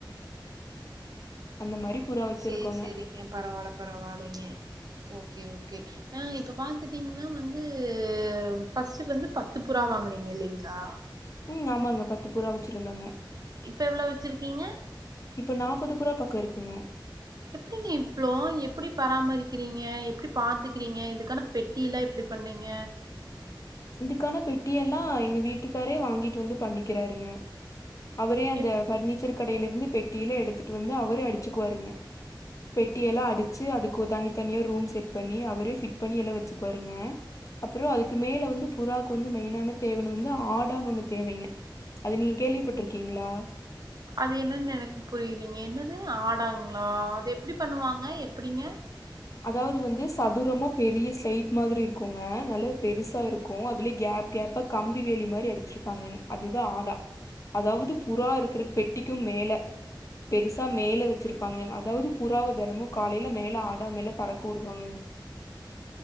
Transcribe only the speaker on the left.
அந்த மாரி புறா வச்சிருக்கோங்க
ம் ஆமாங்க பத்து புறா வச்சிருந்தோங்க
இப்ப நாப்பது புறா பக்கோ இருக்குங்க
இதுக்கான பெட்டியெல்லா எங்க வீட்டுக்காரே வாங்கிட்டு வந்து பண்ணிக்கிறாருங்க அவரே அந்த
பஃர்னிச்சர் கடையிலருந்து பெட்டியில எடுத்துட்டு வந்து அவரே அடிச்சுக்குவாருங்க பெட்டியெல்லா அடிச்சு அதுக்கு தனித்தனியா ரூம் செட் பண்ணி அவரே ஃபிட் பண்ணி எல்லா வச்சுக்குவாருங்க அப்புறோ அதுக்கு மேல வந்து புறாக்கு வந்து மெயினான தேவன வந்து ஆடானு ஒண்ணு தேவைங்க அது நீங்க கேள்விப்பட்டுருக்கீங்களா
அதாது வந்து சதுரமா பெரிய ஸ்லைட் மாரி இருக்கூங்க நல்ல பெருசாருக்கூம் அதுலயே கேப் கேப்பா கம்பி வேலி மாரி அடிச்சிருப்பாங்கங் அதுதா ஆடா அதாவ்து புறா இருக்குற பெட்டிக்கு மேல பெருசா மேல வச்சிருக் பாங்க அதாவ்து புறாவ தெனமு காலேல மேல ஆடா மேல பறக்க வுடுவாங்கங்